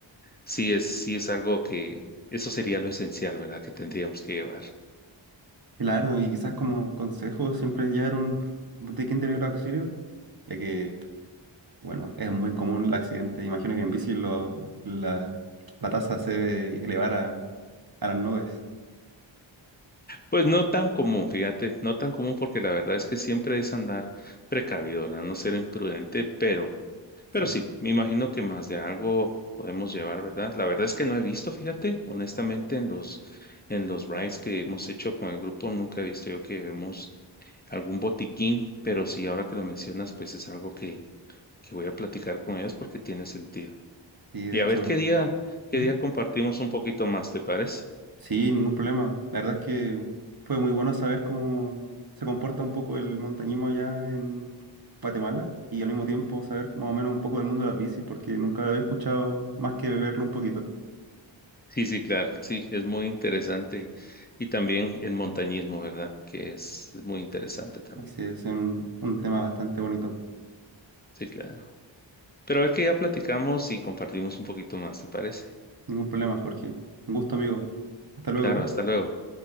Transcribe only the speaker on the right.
Claro, y quizás como consejo, siempre llevar un botiquín de primer auxilio, ya que, bueno, es muy común el accidente. Imagino que en bici lo- la, la tasa se debe elevar a, a las nubes.
Sí,
y de
hecho.
¿Mm?
Sí, ningún problema. La verdad es que fue muy bueno saber cómo se comporta un poco el montañismo allá en Guatemala y al mismo tiempo saber más o menos un poco del mundo de las bicis, porque nunca lo había escuchado más que beberlo un poquito.
Así es un, un tema bastante bonito.
Ningún problema, Jorge. Un gusto, amigo. Hasta luego.